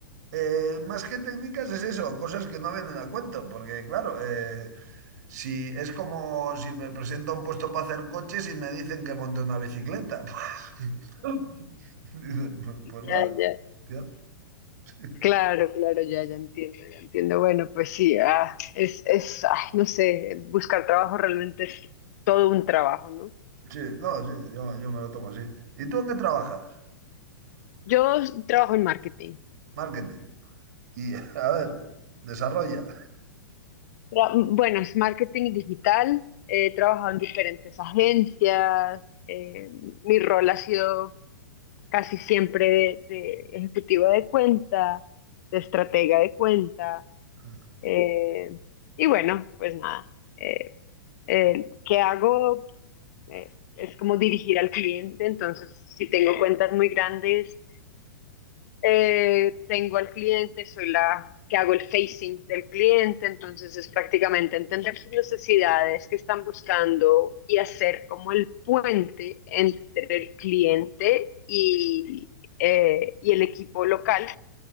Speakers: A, on the right; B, on the left.
A: Eh, más que técnicas es eso, cosas que no vienen a cuento, porque claro, eh, Si es como si me presento a un puesto para hacer coches y me dicen que monte una bicicleta, <laughs> pues, dicen, pues,
B: Ya,
A: pues nada,
B: ya.
A: tío. Sí,
B: Claro, claro, ya, ya entiendo, ya entiendo. Bueno, pues sí, ah, es, es, ay, no sé, buscar trabajo realmente es todo un trabajo, ¿no?
A: sí, no, sí, yo, yo me lo tomo así. ¿Y tú en qué trabajas?
B: Yo trabajo en marketing.
A: Marketing. Y <laughs> a ver, desarrolla.
B: Tra- bueno, es marketing digital, eh, he trabajado en diferentes agencias, eh, mi rol ha sido casi siempre de, de ejecutiva de cuenta, de estratega de cuenta,
A: <laughs>
B: eh, y bueno, pues nada. eh, eh, ¿qué hago? eh, es como dirigir al cliente, entonces si tengo cuentas muy grandes, eh, tengo al cliente, soy la que hago el facing del cliente, entonces es prácticamente entender sus necesidades que están buscando y hacer como el puente entre el cliente y, eh, y el equipo local